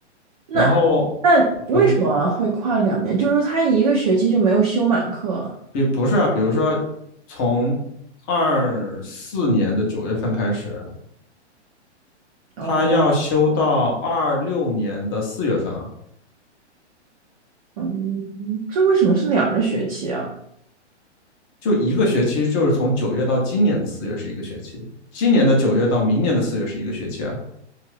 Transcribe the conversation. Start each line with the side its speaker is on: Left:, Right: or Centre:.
Right: 那那为什么会跨两年？
Left: 然后你说，
Right: 就是说他一个学期就没有修满课啊。
Left: 比不是啊，比如说从二四年的九月份开始，
Right: 哦，
Left: 他要修到二六年的四月份啊。
Right: 嗯，这为什么是两个学期啊？
Left: 就一个学期，就是从九月到今年的四月是一个学期，今年的九月到明年的四月是一个学期啊。